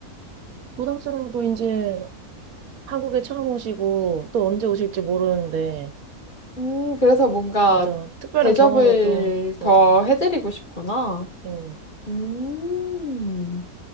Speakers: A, on the right; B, on the left.
A: 부담스러워도 이제 한국에 처음 오시고 또 언제 오실지 모르는데,
B: 음, 그래서 뭔가
A: 맞아. 특별한
B: 대접을
A: 경험을 또, 맞아.
B: 더 해드리고 싶구나.
A: 응.
B: 음.